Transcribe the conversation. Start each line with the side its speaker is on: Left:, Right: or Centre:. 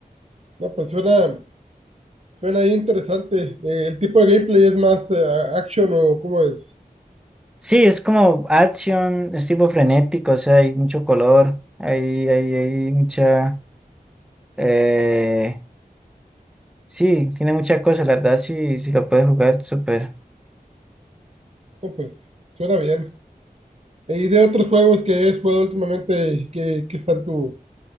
Right: No, pues suena, suena ahí interesante. Eh, ¿el tipo de gameplay es más eh, a- action o cómo es?
Centre: Sí, es como acción, es tipo frenético, o sea, hay mucho color, hay, hay, hay mucha... eh, Sí, tiene muchas cosas, la verdad, sí, sí lo puedes jugar, súper.
Right: No, pues suena bien. Eh, ¿y de otros juegos que has jugado últimamente, y que, que están tú?